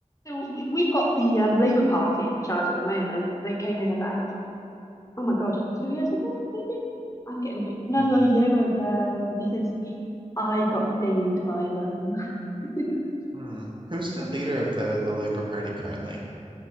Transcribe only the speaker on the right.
Hmm.
Hmm. Who's the leader of the the Labour Party currently?